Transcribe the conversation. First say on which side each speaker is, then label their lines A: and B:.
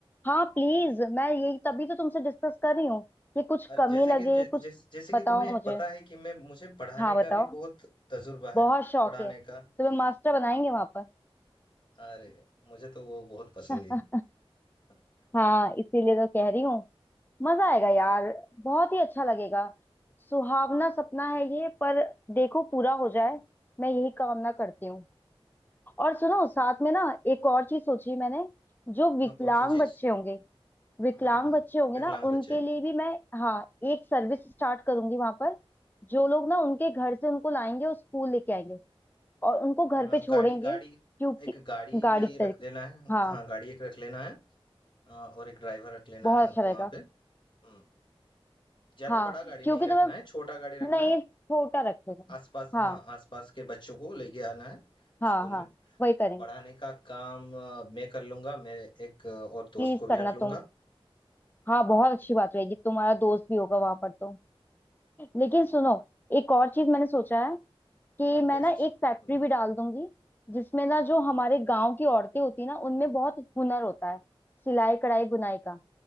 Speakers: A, on the left; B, on the left.
A: हाँ प्लीज मैं यही तभी तो तुमसे डिस्कस कर रही हूँ कि कुछ
B: और
A: कमी
B: जैसे
A: लगे
B: कि जै,
A: कुछ
B: जैसे जैसे कि
A: बताओ
B: तुम्हें
A: मुझे
B: पता है कि मैं मुझे पढ़ाने
A: हाँ
B: का
A: बताओ
B: भी बहुत तजुर्बा
A: बहुत
B: है
A: शौक
B: पढ़ाने
A: है तुम्हें
B: का
A: मास्टर बनाएंगे
B: हाँ,
A: वहां पर
B: अरे मुझे तो वो बहुत पसंद
A: <laughs>
B: है हाँ
A: हाँ इसीलिए तो कह रही हूँ मजा आएगा यार बहुत ही अच्छा लगेगा सुहावना सपना है ये पर देखो पूरा हो जाए मैं यही कामना करती हूँ और सुनो साथ में ना एक और चीज सोची मैंने जो विकलांग
B: हाँ, कौन सा चीज
A: बच्चे होंगे विकलांग
B: हाँ हाँ
A: बच्चे होंगे
B: विकलांग
A: ना उनके
B: बच्चे
A: लिए भी मैं हाँ एक सर्विस स्टार्ट करूंगी वहां पर जो लोग ना उनके घर से उनको लाएंगे और स्कूल लेके आएंगे और उनको घर
B: हाँ हाँ,
A: पे छोड़ेंगे
B: गाड़ी गाड़ी
A: क्योंकि
B: एक गाड़ी
A: गाड़ी
B: भी
A: के तरीके
B: रख देना है
A: हाँ
B: हाँ गाड़ी एक रख लेना है हाँ, और एक ड्राइवर रख लेना
A: बहुत
B: है
A: अच्छा रहेगा
B: वहां पे हम्म, ज्यादा
A: हाँ
B: बड़ा गाड़ी
A: क्योंकि
B: नहीं
A: तुम्हें
B: रखना है छोटा गाड़ी रखना
A: नहीं
B: है
A: छोटा रखेगा
B: आसपास
A: हाँ
B: हाँ आसपास के बच्चों को लेके आना है
A: हाँ
B: स्कूल
A: हाँ
B: में
A: वही करेंगे
B: पढ़ाने का काम अ, मैं कर लूंगा मेरे एक अ, और दोस्त
A: प्लीज
B: को भी
A: करना
B: रख लूंगा
A: तुम हाँ
B: हाँ
A: बहुत अच्छी बात रहेगी तुम्हारा दोस्त भी होगा वहां पर तो लेकिन सुनो एक और चीज मैंने सोचा है कि
B: हाँ
A: मैं
B: क्या चीज
A: ना एक फैक्ट्री
B: बोलो
A: भी डाल दूंगी जिसमें ना जो हमारे गांव की औरतें होती है ना उनमें बहुत हुनर होता है सिलाई कढ़ाई बुनाई का